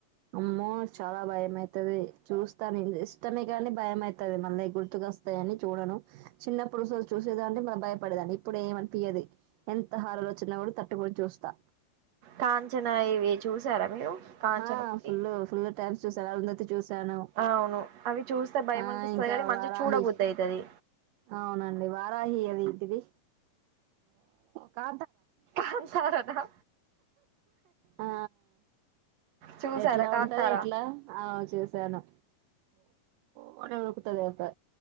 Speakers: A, on the right; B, on the right.
A: అమ్మో చాలా భయమైతది చూస్తా నేను ఇష్టమే గాని భయమైతది మళ్ళీ గుర్తుకొస్తయని చూడను చిన్నప్పుడు సో చూసేదాన్ని మ భయపడేదాని ఇప్పుడు ఏమనిపియ్యది ఎంత హార్రర్ ఒచ్చిన కానీ తట్టుకొని చూస్తా
B: కాంచన ఇవి చూశారా మీరు కాంచన
A: ఆహ్
B: మూవీ
A: ఫుల్ ఫుల్ టైమ్స్ చూసాను అరుంధతి చూసాను
B: అవును అవి చూస్తే భయం
A: ఆ
B: అనిపిస్తది
A: ఇ ఇంకా
B: కానీ మంచిగా
A: వారాహి
B: చూడబుద్ధి అయితది
A: అవునండి వారాహి అది ఏంటిది కా
B: కంసారా నా
A: ఆ
B: చూసారా
A: ఎట్ల
B: కాంతారా
A: ఉంటది ఎట్ల ఆహ్ చూసాను కోడి ఉరుకుతది అయితే